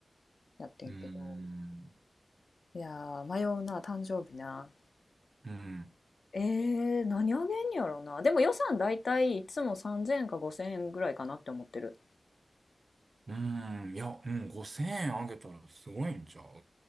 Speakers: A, on the left; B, on the right.
A: やってんけど。
B: うーん。
A: いやー、迷うな、誕生日な。
B: うん。
A: えー、何あげんやろな。でも予算だいたいいつも3000円か5000円ぐらいかなって思ってる。
B: うん。いや、うん。5000円あげたらすごいんちゃう